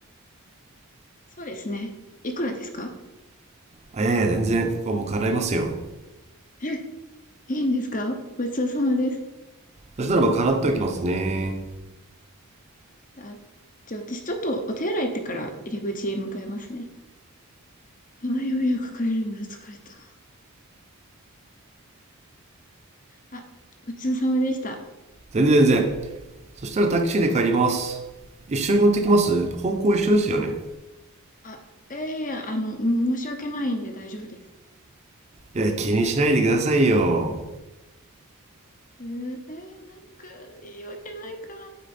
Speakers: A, on the left (about 35°); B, on the right (about 30°).
A: そうですね。いくらですか
B: あ、いやいや、全然、ここは僕払いますよ。
A: えいいんですかごちそうさまです。
B: そしたら僕払っておきますね。
A: あ、じゃあ私ちょっとお手洗い行ってから入り口へ向かいますね。あ、ようやく帰れるの疲れた。あ、ごちそうさまでした。
B: 全然全然。そしたらタクシーで帰ります。一緒に乗ってきます方向一緒ですよね。
A: あ、いやいや、あの、申し訳ないんで大丈夫です。
B: いや、気にしないでくださいよ。
A: えー、えーなんか言い訳ないから。